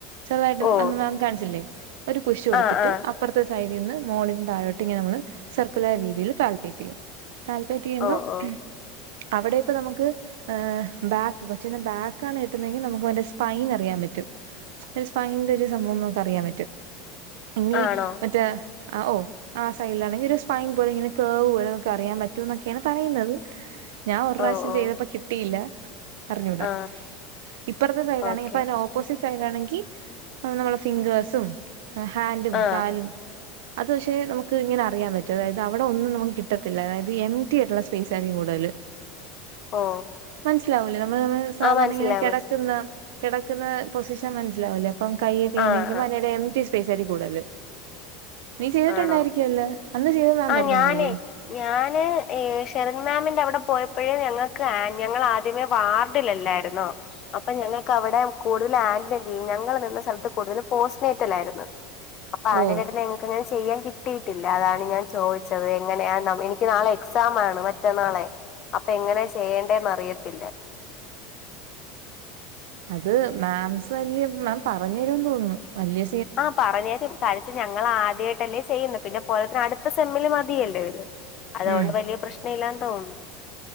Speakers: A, on the right; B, on the left.
A: ചെറ്തായിട്ട്
B: ഓ
A: അന്ന് മാം കാണിച്ചില്ലേ ഒരു പുഷു കൊടുത്തിട്ട്
B: ആ ആ
A: അപ് ഇപ്പറത്തെ സൈഡിന്ന് മോളിന്ന് താഴോട്ട് ഇങ്ങെനെ നമ്മള് സർക്കുലർ രീതിയില് താൽപേയ്റ്റെയ്യും താൽപേറ്റ് ചെയ്യുമ്പം
B: ഓ ഓ
A: ഉം അവിടെ ഇപ്പ നമുക്ക് എ ബാക്ക് കൊച്ചിൻ്റെ ബാക്കാണ് കിട്ടുന്നെങ്കി നമുക്ക് വറെ സ്പൈൻ അറിയാൻ പറ്റും. സ്പൈന്റെ ഒരു സംഭവം നമുക്ക് അറിയാൻ പറ്റും ഇനി
B: ആണോ
A: മറ്റെ അഹ് ഒഹ് ആ സൈലാണ്. ഇഞ്ഞൊരു സ്പൈൻ പോലെ ഇങ്ങനെ കേർവ് പോലെ അറിയാൻ പറ്റും ഇന്നൊക്കെയാണ് പറയുന്നത് ഞാൻ ഒറ് റാശ്യം
B: ഓ ഓ
A: ചെയ്തപ്പൊ കിട്ടിയില്ല. അറിഞ്ഞൂട
B: ആ
A: ഇപ്പറ്ത്തെ സൈഡാണെ
B: ഓക്കെ
A: <unintelligible> ഓപ്പോസിറ്റ് സൈഡാണെങ്കിൽ അത് നമ്മളെ ഫിങ്‌ഗേഴ്സും ഹാൻഡും
B: ആ
A: കാലും അത് പക്ഷെ നമുക്ക് ഇങ്ങനെ അറിയാൻ പറ്റും. അതായത് അവിടെ ഒന്നും നമുക്ക് കിട്ടത്തില്ല. അതായത് എം ടി ആയ്ട്ടുള്ള സ്പേസ് ആയിരിക്കും കൂടുതല്
B: ഓ
A: മന്സ്സിലാവൂലേ നമ്മള് തമ്മില് സാധാരണങ്ങനെ
B: ആ മനസ്സിലായി
A: കെടക്ക്ന്ന
B: മനസ്സിലായി
A: കെടക്ക്ന്ന പൊസിഷൻ മന്സ്സിലാവുല്ലേ അപ്പം കയ്യൊക്കെ ഇങ്ങനെയിരിക്കുമ്പോ
B: ആ ആ
A: അയിനെടെ ഇത്തിരി സ്പേസായിരിക്കൂടെല് നീ ചെയ്തിട്ടുണ്ടായിരിക്ക്യുവല്ലോ
B: ആണോ
A: അന്ന് ചെയ്ത മാം
B: ആ
A: പറ്ഞ്ഞന്നില്ലേ
B: ഞാനേ ഞാന് ഏഹ് ഷെരൺ മാമിന്റെ അവടെ പോയപ്പഴേ ഞങ്ങക്ക് ആൻ ഞങ്ങളാ ദ്യമെ വാർഡിലെല്ലാരുന്നോ അപ്പൊ ഞങ്ങക്ക് അവടെ കൂടുതല് ആന്റ്ലി ഞങ്ങള് നിന്ന സ്ഥലത്ത് കൂടുതലും പോസ്നേറ്റ്ലാരുന്നു അപ്പാ
A: ഓ
B: ആന്റ്‌ലേറ്ററ്ല് എ ഞാ ചെയ്യാൻ കിട്ടിയിട്ടില്ല അതാണ് ഞാൻ ചോയിച്ചത് എങ്ങനെ ആഹ് നം എനിക്ക് നാളെ എക്സാമാണ് മറ്റന്നാളെ അപ്പെ എങ്ങനെ ചെയ്യണ്ടേന്ന് അറിയത്തില്ല
A: അത് മാംസ് വല്ല്യ മാം പറ്ഞ്ഞേരും തോന്ന്‌ന്ന് വല്ല്യ
B: ആഹ് പറഞ്ഞേരും കാഴിച്ച ഞങ്ങളാദ്യായിട്ടല്ലേ ചെയ്യ്ന്നെ പിന്നെ പോരാത്തേന് അടുത്ത സെമ്മില് മതിയല്ലൊ ഇത് അതോണ്ട്
A: ഉം
B: വല്ല്യ പ്രശ്നയില്ലാന്ന് തോന്ന്ന്ന്